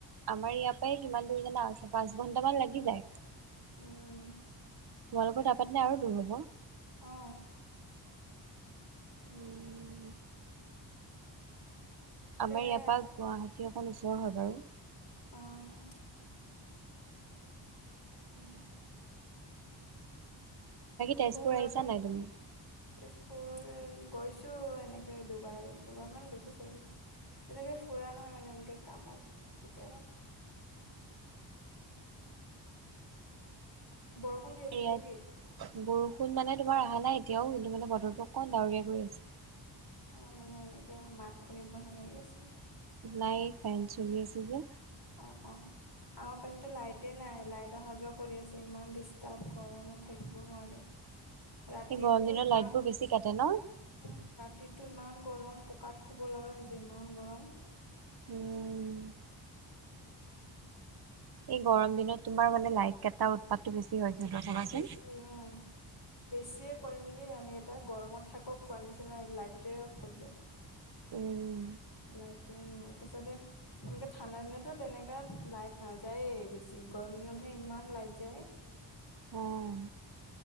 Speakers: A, on the right; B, on the left.
A: আমাৰ ইয়াৰ পৰাই কিমান দূৰ জানা পাঁচ ঘণ্টামান লাগি যায়।
B: উম।
A: তোমালোকৰ তা পা তেনে আৰু দূৰ হ'ব?
B: অ।
A: উম। আমাৰ
B: তেনে
A: ইয়াৰ পা গুৱাহাটী অকণমান ওচৰ হয় বাৰু।
B: অহ।
A: উম। তেজপুৰ
B: ভোক লাগে।
A: আহিছা নাই তুমি
B: তেজপুৰ গৈছোঁ এনেকে, দুবাৰ দুবাৰমান গৈছোঁ চাগে! তেনেকৈ ফুৰা নহয় মানে এনেকে কামত কেতিয়াবা বৰষুণ দি আছে
A: ইয়াত
B: নেকি?
A: বৰষুণ মানে তোমাৰ অহা নাই এতিয়াও, কিন্তু মানে বতৰটো অকণমান ডাৱৰীয়া কৰি আছে।
B: অ মানে এনেকে মাত খুন্দিব নলগীয়া আছিলে।
A: নাই ফেন চলি আছে যে।
B: অ অ। আমাৰ পিনেতো লাইটে নাই লাইট অহা যোৱা কৰি আছে ইমান ডিষ্টাৰ্ব গৰমত থাকিব নোৱাৰি। ৰাতিটো
A: সেই গৰম দিনত
B: ইমান
A: লাইটবোৰ বেছি কাটে ন?
B: উম, ৰাতিটো ইমান গৰম পকাত শুব লগা হৈছে। ইমান গৰম।
A: উম এই গৰম দিনত তোমাৰ মানে লাইট কেইটা উৎপাতটো বেছি হয়। সিহঁতৰ চাবাচোন
B: অ' বেছি অ। বেছিয়ে কৰে নেকি ইহঁতি কেইটা, গৰমত থাকক কোৱাৰ নিচিনাই লাইটোৱে অফ কৰি দিয়ে।
A: উম
B: লাইটোৱে এনেকুৱা, তাপিছতে এনেকে ঠাণ্ডা দিনতো তেনকা লাইট নাযায়েই বেছি, গৰম দিনতহে ইমান লাইট যায়।
A: অঁ